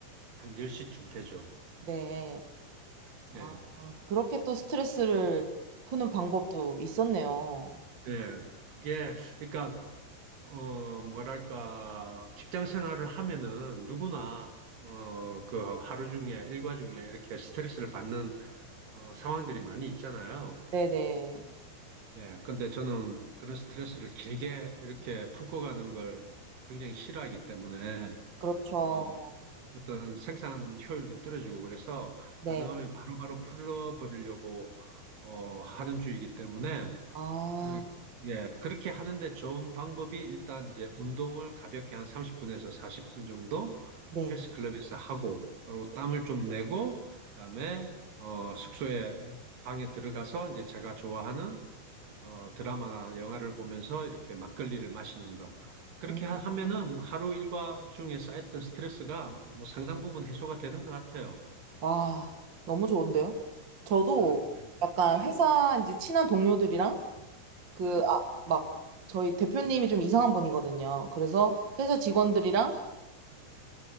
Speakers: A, on the right; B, on the right.
A: 한 10시쯤 되죠.
B: 네. 아,
A: 예.
B: 아, 그렇게 또 스트레스를 푸는 방법도 있었네요.
A: 예. 그게 그러니까 어, 뭐랄까, 직장 생활을 하면은 누구나, 어, 그 하루 중에, 일과 중에 이렇게 스트레스를 받는, 어, 상황들이 많이 있잖아요.
B: 네네.
A: 예, 근데 저는 그런 스트레스를 길게 이렇게 풀고 가는 걸 굉장히 싫어하기 때문에,
B: 그렇죠.
A: 어, 어떤 생산 효율도 떨어지고 그래서
B: 네.
A: 가능하면 바로바로 풀어버리려고, 어, 하는 주의이기 때문에,
B: 아,
A: 예, 예, 그렇게 하는데 좋은 방법이 일단 이제 운동을 가볍게 한 30분에서 40분 정도
B: 네.
A: 헬스클럽에서 하고, 그리고
B: 네.
A: 땀을 좀 내고, 그다음에 어, 숙소에 방에 들어가서 이제 제가 좋아하는 어, 드라마나 영화를 보면서 이렇게 막걸리를 마시는 거. 그렇게
B: 음,
A: 하- 하면은 하루 일과 중에 쌓였던 스트레스가 뭐 상당 부분 해소가 되는 것 같아요.
B: 와, 너무 좋은데요? 저도
A: 아, 그래요?
B: 약간
A: 네,
B: 회사 이제 친한 동료들이랑 그,
A: 네.
B: 아, 막 저희 대표님이 좀 이상한 분이거든요. 그래서 회사 직원들이랑